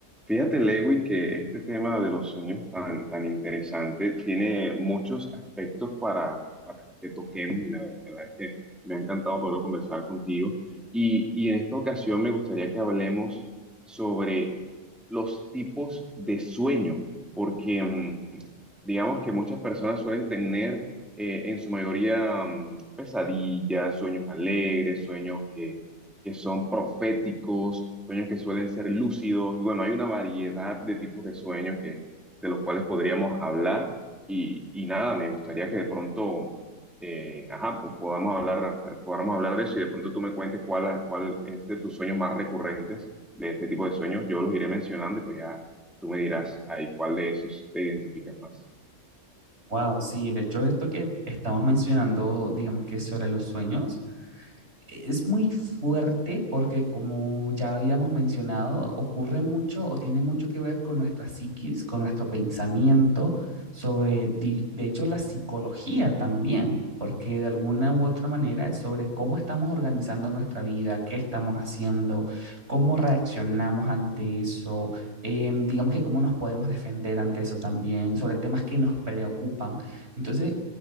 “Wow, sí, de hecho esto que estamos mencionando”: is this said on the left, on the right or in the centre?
Right